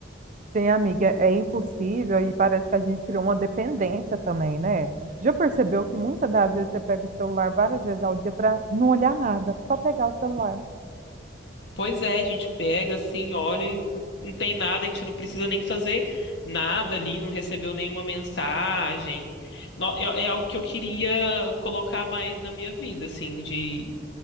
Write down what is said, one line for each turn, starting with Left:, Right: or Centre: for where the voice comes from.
Right: Sim, amiga, é impossível e parece que a gente criou uma dependência também, né? Já percebeu que muitas das vezes você pega o celular várias vezes ao dia para não olhar nada, só pegar o celular.
Left: Pois é, a gente pega, assim, olha, e não tem nada, a gente não precisa nem fazer nada ali, não recebeu nenhuma mensagem. No- É é algo que eu queria colocar mais na minha vida, assim, de